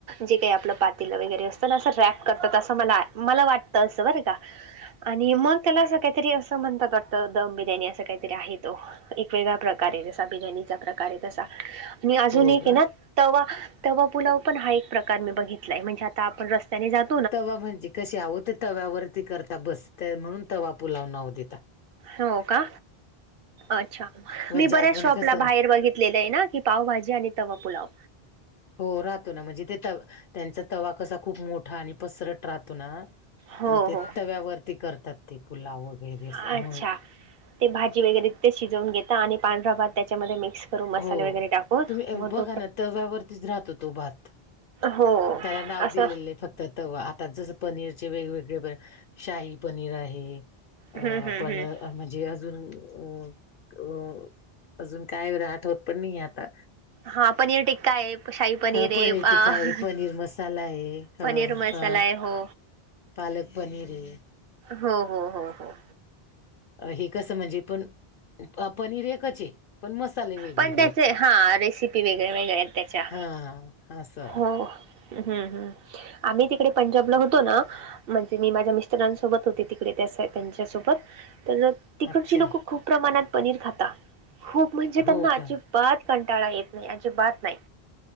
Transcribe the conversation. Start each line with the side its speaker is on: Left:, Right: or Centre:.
Right: जे काही आपलं पातेलं वगैरे असतं ना, अस रॅप करतात असं मला, मला वाटतं असं बर का..
Left: <unintelligible>
Right: आणि मग त्याला असं काहीतरी असं म्हणतात वाटतं, दम बिर्याणी असं काहीतरी आहे तो, एक वेेगळा प्रकार. कार बिर्याणीचा प्रकारे तसा, मी अजून
Left: हो
Right: एक
Left: का?
Right: आहे ना तवा, तवा पुुलाव पण हा एक प्रकार मी बघितलाय, म्हणजे आता आपण रस्त्याने जात
Left: तवा म्हणजे कसे, आहो ते तव्यावरती करता बसते म्हणून तवा पुलाव नाव दिला.
Right: हो का अच्छा,
Left: म्हणजे
Right: मी
Left: आपण
Right: बऱ्याच शॉपला
Left: कसं
Right: बाहेर बघितलेलं आहे ना. ही पावभाजी आणि तवा पुलाव.
Left: हो राहतो ना, म्हणजे ते त त्यांचा तवा कसा खूप मोठा आणि पसरत राहतो ना
Right: हो
Left: मग ते
Right: हो
Left: तव्यावरती करतात ते, पुलाव वगैरे अस
Right: अच्छा
Left: म्हणून.
Right: ते भाजी वगैरे ते शिजवून घेतात, आणि पांढरा भात त्याच्यामध्ये मिक्स करून मसाले
Left: हो,
Right: वगैरे टाकून
Left: तुम्ही
Right: मग
Left: बघा
Right: तो
Left: ना तव्यावरतीच राहतो तो भात.
Right: हो
Left: त्याला नाव
Right: असं
Left: दिलेलंय फक् तर तवा, आता जसं पनीरचे वेगवेगळे प शाही पनीर आहे, अ
Right: हम्म हम्म
Left: पण
Right: हम्म
Left: म्हणजे अजून, अ अ अजून काय राहत ठवत पण नाही आता.
Right: हा पनीर टिक्का आहे, शाही
Left: हा
Right: आहे
Left: पनीर
Right: अ
Left: टिक्का आहे, पनीर मसाला आहे, ह
Right: पनीर मसाला
Left: हा.
Right: आहे हो
Left: पालक पनीर आहे.
Right: हो हो हो हो.
Left: हे कसं म्हणजे पण, पनीर एकच पण मसाले वेगवेगळे,
Right: पण त्याचे हा रेसिपी वेगळ्या वेगळ्या आहेत त्याच्या
Left: हा असं.
Right: हो हम्म ह् आम्ही तिकडे पंजाबला होतो ना. म्हणजे मी माझ्या मिस्टरांसोबत होते तिकडे त्या त्यांच्यासोबत तर. तिकडची
Left: अच्छा
Right: लोक खूप प्रमाणात पनीर खाता खूप म्हणजे
Left: हो
Right: त्यांना अजिब.
Left: का
Right: बात कंटाळा येत नाही अची बात नाही.